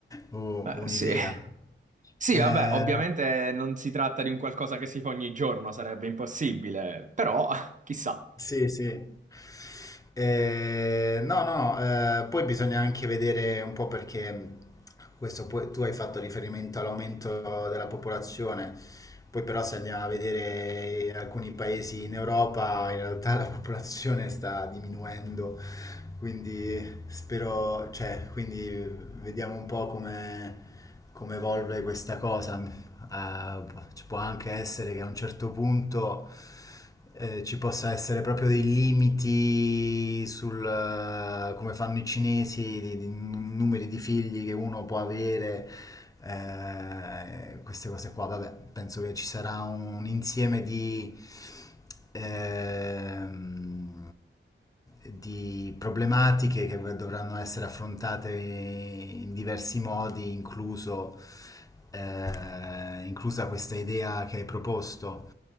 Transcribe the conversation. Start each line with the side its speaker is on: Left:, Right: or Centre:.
Left: u-
Right: Eh,
Left: un'idea.
Right: sì. Sì,
Left: Eh,
Right: vabbè, ovviamente non si tratta di un qualcosa che si fa ogni giorno, sarebbe impossibile, però <laughs> chissà.
Left: Sì, sì. Eh, no, no, eh, poi bisogna anche vedere un po' perché mh, questo poi- tu hai fatto riferimento all'aumento della popolazione, poi però se andiamo a vedere in alcuni paesi in Europa, in realtà la popolazione sta diminuendo, quindi spero, cioè, quindi vediamo un po' come, come evolve questa cosa eh, ci può anche essere che a un certo punto eh, ci possa essere proprio dei limiti sul eh, come fanno i cinesi, di, di n- numeri di figli che uno può avere, eh, queste cose qua. Vabbè, penso che ci sarà un insieme di ehm, di problematiche che dovranno essere affrontate in diversi modi, incluso, eh, inclusa questa idea che hai proposto